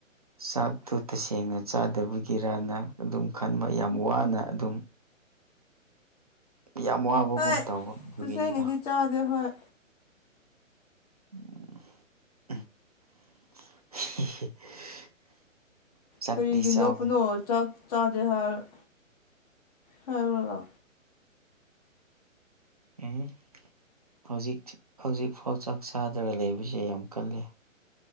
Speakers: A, on the right; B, on the left.
A: ꯆꯥꯛꯇꯨ ꯇꯁꯦꯡꯅ ꯆꯥꯗꯕꯒꯤꯔꯅ ꯑꯗꯨꯝ ꯈꯟꯕ ꯌꯥꯝ ꯋꯥꯅ ꯑꯗꯨꯝ ꯌꯥꯝ ꯋꯥꯕꯒꯨꯝ
B: ꯍꯣꯏ
A: ꯇꯧꯕ ꯑꯗꯨꯒꯤꯅꯤꯗꯣ
B: ꯇꯁꯦꯡꯅꯗꯤ ꯆꯥꯗꯦ ꯍꯣꯏ
A: <unintelligible> ꯆꯥꯛꯇꯤ
B: ꯀꯔꯤꯒꯤꯅꯣ
A: ꯆꯥꯎ
B: ꯄꯅꯣ ꯆꯥ ꯇꯥꯖꯦ ꯍꯥꯏꯔ ꯍꯥꯏꯕꯒ
A: ꯑꯦ ꯍꯧꯖꯤꯛ ꯍꯧꯖꯤꯛꯐꯥꯎ ꯆꯥꯛ ꯆꯥꯗ꯭ꯔꯒ ꯂꯩꯕꯁꯦ ꯌꯥꯝ ꯀꯜꯂꯤ